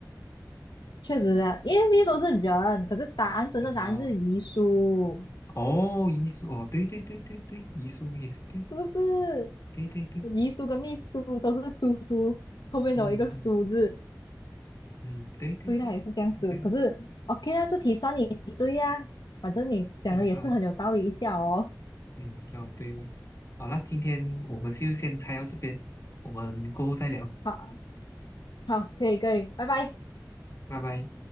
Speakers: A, on the left; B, on the left.
A: 确实啊，因为秘书是人，可是答案真正答案是遗书，
B: 啊。哦哦，遗书哦，对对对对对，遗书也是对，
A: 是不是？
B: 对对对，
A: 遗书跟秘书都是叔叔后面有一个叔字，
B: 嗯嗯嗯，对对对，OK，
A: 所以他也是这样子。可是 OK 啊，这题算你对呀、啊反正你讲的也是很有道理一下哦。
B: 没啥，嗯，比较对吧？好了，今天我们就先拆到这边，我们过后再聊，
A: 好，好，可以，可以，拜拜。
B: 拜拜。